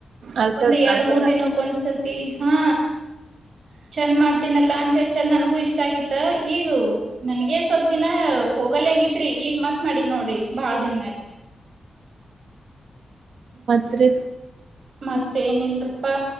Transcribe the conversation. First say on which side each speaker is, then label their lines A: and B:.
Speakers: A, on the right; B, on the right.
A: ಅದ್ಕ
B: ಒಂದ್ ಎರಡ್
A: ಅದ್ಕ
B: ಮೂರ್ ದಿನಕ್ಕನ್ಸರ್ತಿ ಹಾ ಚಂದ್ ಮಾಡ್ತೀನಲ್ಲ ಅಂತ ಚಂದ ನನಗೂ ಇಷ್ಟ ಆಗಿತ್ತ ಈಗ ನನ್ಗೆ ಸ್ವಲ್ ದಿನ ಹೋಗಲ್ ಆಗತ್ರಿ ಈಗ ಮತ್ ಮಾಡಿ ನೋಡ್ರಿ ಬಾಳ ದಿನ್ಯಾಗ
A: ಮತ್ರೀ
B: ಮತ್ತೇನಿಲ್ರಪ್ಪಾ